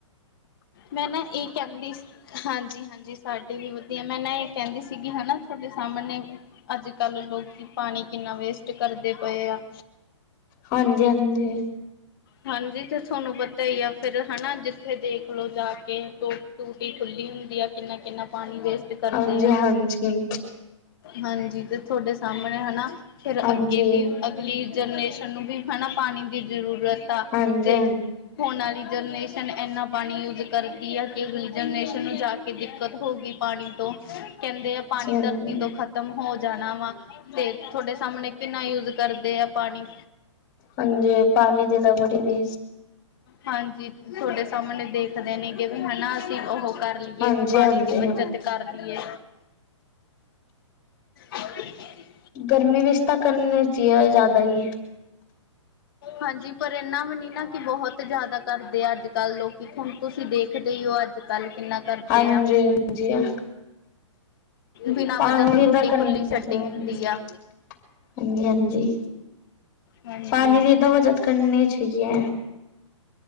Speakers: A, on the left; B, on the left.
A: ਮੈਂ ਨਾ ਏ ਕਹਿੰਦੀ ਸੀ। ਹਾਂਜੀ-ਹਾਂਜੀਸਾਡੀ ਵੀ ਵਧੀਆ। ਮੈਂ ਨਾ ਏ ਕਹਿੰਦੀ ਸੀਗੀ ਹਨਾ ਤੁਹਾਡੇ ਸਾਹਮਣੇ ਅੱਜ ਕੱਲ੍ਹ ਲੋਕੀ ਪਾਣੀ ਕਿੰਨਾ ਵੇਸਟ ਕਰਦੇ ਪਏ ਆ।
B: ਹਾਂਜੀ-ਹਾਂਜੀ
A: ਹਾਂਜੀ ਤੇ ਥੋਨੂੰ ਪਤਾ ਈ ਆ ਫੇਰ ਹਨਾ ਜਿੱਥੇ ਦੇਖ ਲਓ ਜਾ ਕੇ ਟੋ ਟੂਟੀ ਖੁੱਲੀ ਹੁੰ ਦੀਆ ਕਿੰਨਾ- ਕਿੰਨਾ ਪਾਣੀ ਵੇਸਟ ਕਰਦੇ
B: ਹਾਂਜੀ
A: ਆ।
B: ਹਾਂਜੀ, ਹਾਂਜੀ।
A: ਹਾਂਜੀ ਤੇ ਥੋਡੇ ਸਾਹਮਣੇ ਹਨਾ ਫਿਰ
B: ਹਾਂਜੀ
A: ਅੱਗੇ
B: ਹਾਂਜੀ,
A: ਵੀ ਅਗਲੀ ਜਨਨੇਸ਼ਨ ਨੂੰ ਵੀ ਹਨਾ। ਪਾਣੀ ਦੀ ਜ਼ਰੂਰਤ ਆ।
B: ਹਾਂਜੀ
A: ਤੇ ਹੂੰਣ ਵਾਲੀ ਜਨਰੇਸ਼ਨ । ਏਨ ਏਨਾ, ਪਾਣੀ ਯੂਜ ਕਰਦੀ ਹੈ। ਕੇ ਅਗਲੀ ਜਨਨੇਸ਼ਨ, ਨੂੰ ਜਾ ਕੇ ਦਿੱਕਤ ਹਉ ਗੀ ਪਾਣੀ ਤੋਂ। ਕੇਂਦੇ ਆ। ਪਾਣੀ
B: ਹਾਂਜੀ,
A: ਧਰਤੀ ਤੋਂ ਖਤਮ ਹੋ ਜ ਜਾਣਾ ਵਾ। ਤੇ ਤੁਹਾਡੇ, ਸਾਮਣੇ ਕਿੰਨਾ ਯੂਜ ਕਰਦੇ ਆ ਪਾਣੀ।
B: ਹਾਂਜੀ, ਪਾਣੀ ਦੀ ਤਾਂ, ਬੜੀ ਵੀ
A: ਹਾਂਜੀ, ਤੁਹਡੇ ਸਾਹਮਣੇ ਦੇਖਦੇ ਨੇਗੇ ਵੀ, ਹਨਾ ਅਸੀਂ ਉਹ ਕਰ ਲੀਏ
B: ਹਾਂਜੀ
A: ਵੀ, ਪਾਣੀ
B: ਹਾਂਜੀ,
A: ਦੀ ਬੱਚਤ ਕਰ ਲੀਏ। <unintelligible>
B: ਗਰਮੀ ਵਿੱਚ ਤਾਂ, ਕਰਨੀ ਚੀਏ ਜ਼ਿਆਦਾ ਈ
A: ਹਾਂਜੀ, ਪਰ ਇਨਾ ਵੀ ਨੀ ਨਾ, ਕਿ ਬਹੁਤ ਜ਼ਿਆਦਾ ਕਰਦੇ ਆ ।ਅੱਜ ਕੱਲ ਲੋਕੀ ਕਿੱਥੋਂਣ ਤੁਸੀਂ ਦੇਖਦੇ ਏ, ਉਹ ਅੱਜ ਕੱਲ ਕਿੰਨਾ ਕਰਦੇ
B: ਹਾਂਜੀ-ਹਾਂਜੀ
A: ਆ
B: ਆ।
A: ਬਿਨਾਂ
B: ਪੰਜਜੀ
A: ਵਜ੍ਹਾ ਤੋਂ ਟੁੱਟੀ
B: <unintelligible>
A: ਖੁੱਲੀ ਸੈਟਿੰਗ
B: ਹਾਂਜੀ-ਹਾਂਜੀ।
A: ਹੁੰਦੀ ਆ ਹਾਂਜੀ
B: ਪਾਣੀ ਦੀ ਤੇ ਬਚਤ ਕਰਨੀ ਚਾਹੀਏ।